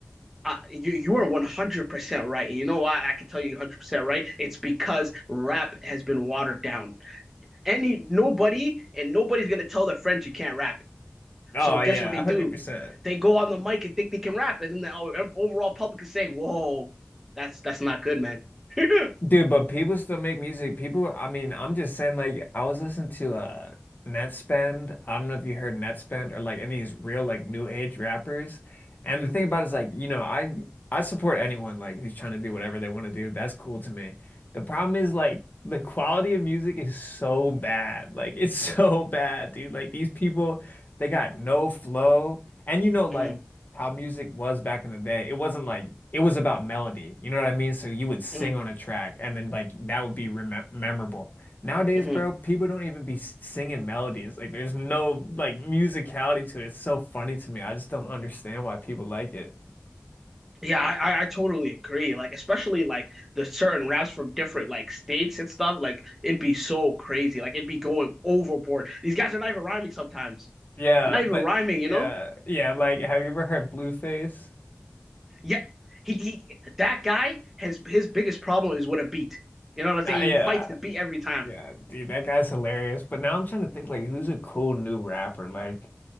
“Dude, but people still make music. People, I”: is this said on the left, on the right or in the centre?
Left